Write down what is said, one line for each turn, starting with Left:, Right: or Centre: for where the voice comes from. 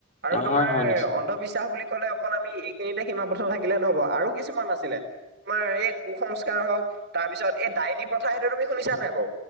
Right: আৰু
Left: অ,
Right: তোমাৰ
Left: হয় হয় নিশ্চয়
Right: অন্ধবিশ্বাস। বুলি কলে অকল আমি এইখিনিতে সীমাবদ্ধ থাকিলে নহব। আৰু কিছুমান আছিলে তোমাৰ এই কু- সংস্কাৰ। হওঁক। তাৰ পিছত এই ডাইনী প্ৰথা সেইটো তুমি শুনিছা নাই বাৰু?